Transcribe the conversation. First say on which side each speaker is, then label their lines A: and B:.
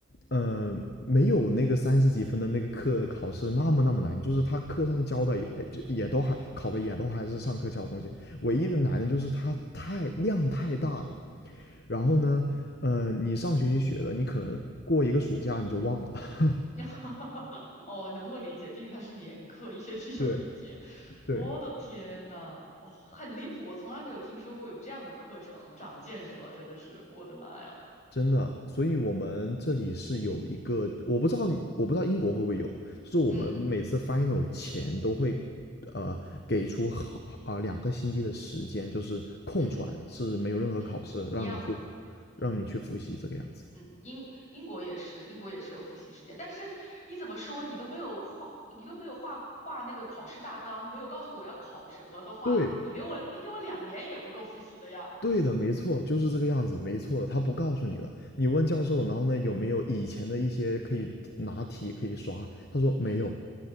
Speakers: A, on the left; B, on the left.
A: 嗯，没有那个三十几分的那个课考试那么那么难，就是他课上教的也就也都还考的也都还是上课教的东西，唯一的难的就是它太量太大了。
B: 哦，
A: 然后呢，呃，你上学期学的，你可能过一个暑假你就忘了。<laughs>
B: <laughs> 哦，能够理解，毕竟它是年课，一学期就一节。
A: 对对，
B: 我的天呐，哦，很离谱，我从来没有听说过有这样的课程，长见识了，真的是，我的妈呀！
A: 真的，所以我们这里是有一个，我不知道，我不知道英国会不会有，就是我们每次
B: 嗯
A: final 前都会，呃，给出好啊、呃两个星期的时间，就是空出来的，
B: 嗯嗯
A: 是没有任何考试，
B: 嗯嗯，一样的。
A: 让你去，
B: 嗯。
A: 让你去复习这个样子。
B: 嗯，英英国也是，英国也是有复习时间，但是你怎么说，你都没有画，你都没有画画那个考试大纲，没有告诉我要考什么的话，
A: 对，
B: 那你给我，你给我两年也不够复习的呀。
A: 对的，没错，就是这个样子，没错的，他不告诉你了，你问教授，然后呢，有没有以前的一些可以拿题可以刷？他说没有。
B: 嗯，